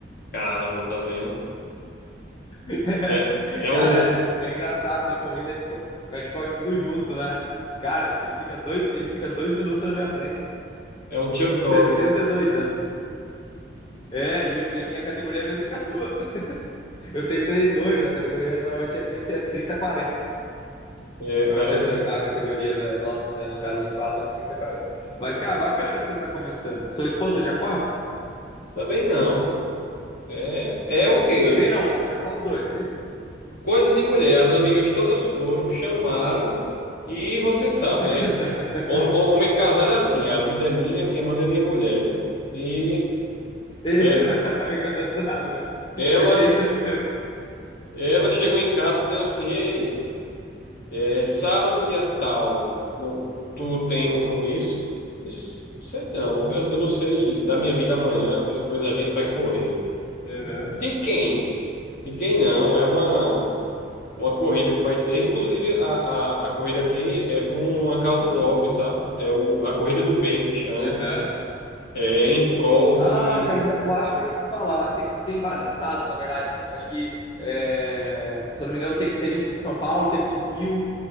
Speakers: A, on the left (about 55°); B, on the left (about 25°).
A: caramba, tá vendo?
B: <laughs>
A: É, é
B: cara,
A: um
B: é engraçado, na corrida a gente, a gente corre tudo junto, né? Cara, ele fica, dois, ele fica dois minutos na minha frente, cara,
A: é um Chuck
B: com sessenta
A: Norris.
B: e dois anos. É, e, eu, e a minha categoria é a mesma que a sua. Eu tenho três dois, a categoria normalmente é 30 quarenta, né?
A: É,
B: Normalmente
A: cara, eu,
B: até a categoria né, nossa, né, no caso de enquadra, é 30, 40. Mas, cara, bacana que você está começando. Sua esposa já corre?
A: também não. É, é o quê?
B: Também não, vou começar os dois, é isso?
A: Coisa de mulher, as amigas todas foram, chamaram, e você sabe, né?
B: <laughs>
A: Hom- hom- Homem casado é assim, a vida é minha, quem manda é minha mulher, né? E
B: É, <laughs>
A: é,
B: é engraçado.
A: ela,
B: Pior que é isso aí mesmo.
A: ela chegou em casa dizendo assim, ei, é sábado dia tal, no, tu tem compromisso? Eu Disse, sei não, eu, eu não sei da minha vida amanhã, depois a gente vai correr. Eu,
B: Aham,
A: De quem? De quem não? É uma. uma corrida que vai ter. Inclusive, a, a, a corrida aqui é por uma causa nobre, sabe? É o, a Corrida do Bem que chama.
B: aham.
A: É em prol
B: Ah,
A: de.
B: cara, eu já- eu acho que eu já ouvi falar. Tem, tem vários estados, na verdade. não- acho que, é, se eu não me engano, tem- teve em São Paulo, teve no Rio.